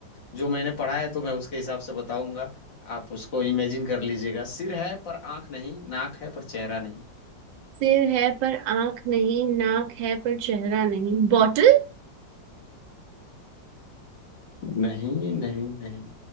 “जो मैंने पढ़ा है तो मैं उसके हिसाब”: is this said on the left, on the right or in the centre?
Left